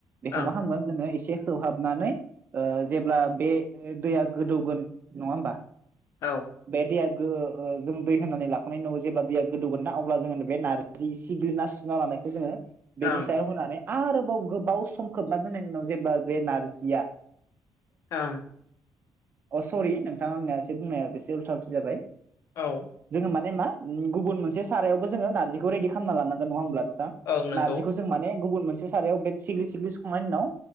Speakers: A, on the right; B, on the left.
A: बेखौ
B: ओं
A: मा
B: ओं
A: खालामगोन जोङो एसे खोबहाबनानै ओ जेब्ला बे दैया गोदौगोन नङा होमबा?
B: ओं औ
A: बे दैया गो ओ जों दै होनानै लाखांनायनि उनाव जेब्ला दैया गोदौगोन ना अब्ला जोङो बे नारजि सिग्लिना सुना लानायखौ जोङो बेनि
B: ओं
A: सायाव होनानै आरोबाव गोबाव सम खोबना दोननायनि उनाव जेब्ला बे नारजिया
B: आ
A: अ सरि नोंथां आंनिया एसे बुंनाया एसे उल्था उल्थि जाबाय।
B: औ।
A: जोङो माने मा उम गुबुन मोनसे सारायावबो जोङो नारजिखौ रेडि खालामना लानांगोन नङा होमब्ला नोंथां?
B: ओं नंगौ
A: नारजिखौ जों माने गुबुन मोनसे सारायाव बे सिग्लि सिग्लि सुखांनायनि उनाव